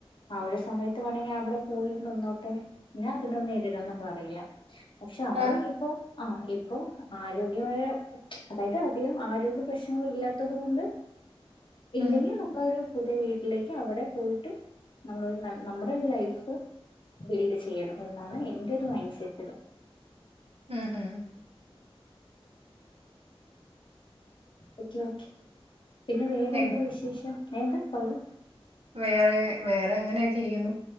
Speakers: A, on the left; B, on the right.
A: ആ ഒരു സമയത്ത് വേണെങ്കി അവിടെ പോയി നിന്നോട്ടെ ഞാൻ അതിനൊന്നു എതിരൊന്നും പറീല. പക്ഷെ നമ്മള്
B: ആ,
A: ഇപ്പോ ആ ഇപ്പോ ആരോഗ്യമായ അതായത് അധികം ആരോഗ്യ പ്രശ്നങ്ങൾ ഇല്ലാത്തത് കൊണ്ട് ഇല്ലെങ്കിൽ
B: ഉം
A: ന മ്മളൊരു പുതിയ വീട്ടിലേക്ക് അവിടെ പോയിട്ട് നമ്മളൊരു നല് നമ്മടെ ഒര് ലൈഫ് ബിൽഡ് ചെയ്യണം എന്നാണ് എന്റെ ഒരു മൈൻഡ് സെറ്റ്ല്.
B: ഉം ഉം
A: ഉച്ചക്കക്ക് പിന്നെ വേറെന്താ
B: എങ്-
A: വിശേഷം ഏഹ് എന്താ? പറയൂ
B: വേറെ വേറെ അങ്ങനെയൊക്കെ ഇരിക്കുന്നു,